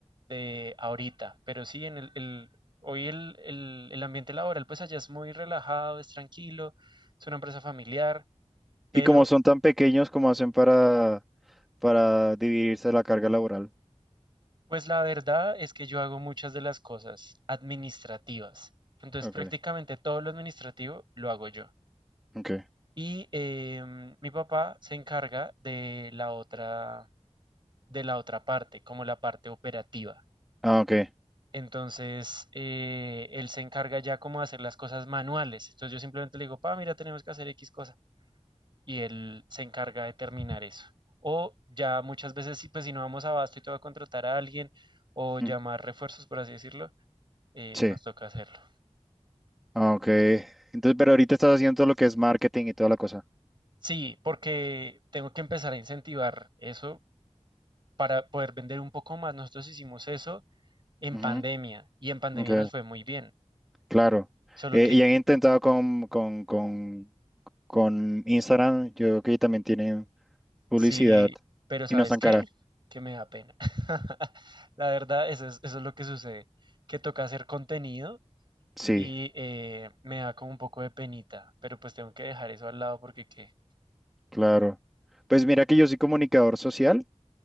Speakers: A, on the right; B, in the centre.
A: de ahorita, pero sí, en el, el- hoy el, el el ambiente laboral, pues allá es muy relajado, es tranquilo, es una empresa familiar, pero
B: ¿Y como son tan pequeños, cómo hacen para, para dividirse la carga laboral?
A: Pues la verdad es que yo hago muchas de las cosas administrativas. Entonces
B: Ok,
A: prácticamente todo lo administrativo lo hago yo.
B: ok.
A: Y em, mi papá se encarga de la otra, de la otra parte, como la parte operativa.
B: Ah, ok.
A: Entonces eh, él se encarga ya como de hacer las cosas manuales. Entonces yo simplemente le digo, pa, mira, tenemos que hacer X cosa. Y él se encarga de terminar eso. O ya muchas veces, sí, pues si no vamos a abasto y te voy a contratar a alguien o llamar
B: Mm,
A: refuerzos, por así decirlo eh,
B: Sí.
A: nos toca hacerlo.
B: Ah, ok. Entonces, pero ahorita estás haciendo todo lo que es marketing y toda la cosa.
A: Sí, porque tengo que empezar a incentivar eso para poder vender un poco más. Nosotros hicimos eso en
B: Ujú.
A: pandemia y en pandemia
B: Ok.
A: nos fue muy bien.
B: Claro.
A: Solo
B: Eh,
A: que
B: y han intentado con, con, con, con Instagram, yo creo que también tienen publicidad
A: sí, pero ¿sabes
B: y no están
A: qué?
B: caras.
A: Que me da pena. <laughs> La verdad, eso es, eso es lo que sucede, que toca hacer contenido
B: Sí,
A: y eh, me da como un poco de penita, pero pues tengo que dejar eso al lado porque qué.
B: claro. Pues mira que yo soy comunicador social